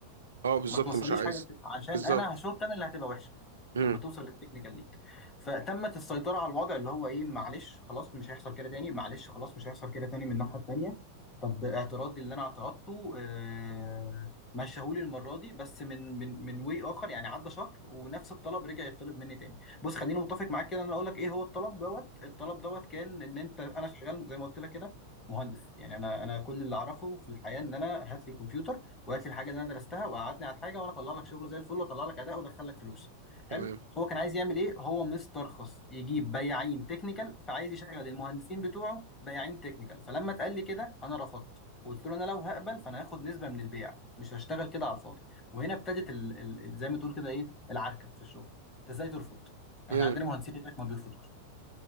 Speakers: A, on the right (about 65°); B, on the left (about 20°).
A: اه بالظبط
B: ما توصليش
A: مش عايز
B: حاجه للتك- عشان
A: بالظبط
B: انا هشوط انا اللي هتبقى وحشه
A: مم.
B: لما توصل للتكنيكال ليك فتمت السيطره على الوضع اللي هو ايه معلش خلاص مش هيحصل كده تاني معلش خلاص مش هيحصل كده تاني من الناحيه التانيه طب اعتراضي اللي انا اعترضته آه مشاهولي المره دي بس من من من واي اخر يعني عدى شهر ونفس الطلب رجع يطلب مني تاني بص خليني متفق معاك كده انا اقول لك ايه هو الطلب دوت الطلب دوت كان ان انت انا شغال زي ما قلت لك كده مهندس يعني انا انا كل اللي اعرفه في الحياه ان انا هات لي كمبيوتر وهات لي الحاجه اللي انا درستها وقعدني على الحاجه وانا اطلع لك شغل زي الفل واطلع لك اداء وادخل لك فلوس حلو
A: تمام
B: هو كان عايز يعمل ايه هو مسترخص يجيب بياعين تكنيكال فعايز يشغل المهندسين بتوعه بياعين تكنيكال فلما اتقال لي كده انا رفضت وقلت له انا لو هقبل فانا هاخد نسبه من البيع مش هشتغل كده على الفاضي وهنا ابتدت ال... ال... ال- زي ما تقول كده ايه العركه في الشغل انت ازاي ترفض احنا
A: مم.
B: عندنا مهندسين هناك ما بيرفضوش